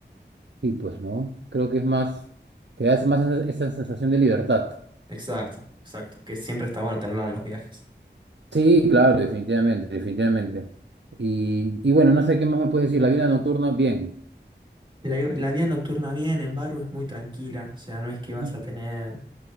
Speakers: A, on the right; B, on the right.
A: Y pues no, creo que es más, te da más esa, esa sensación de libertad.
B: Exacto, exacto. Que siempre está bueno tenerla en los viajes.
A: Sí, claro, definitivamente, definitivamente. Y, y bueno, no sé qué más me puedes decir. La vida nocturna, bien.
B: La, la vida nocturna bien en Baru es muy tranquila, o sea, no es que
A: Ujú.
B: vas a tener